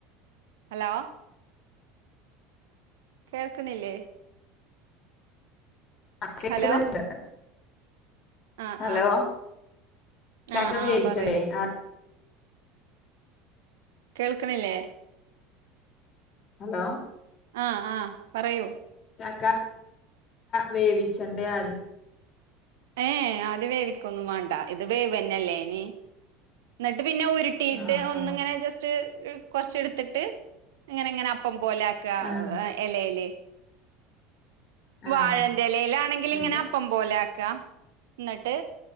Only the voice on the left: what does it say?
കേൾക്കുന്നുണ്ട്
ഹലോ
ചക്ക
വേവിച്ചടെ
ആ
ഹലോ
ചക്ക വേവിച്ചൻ്റെ അരു
ആഹ്
ആഹ്
ആഹ്
ആഹ്
ഉണ്ട്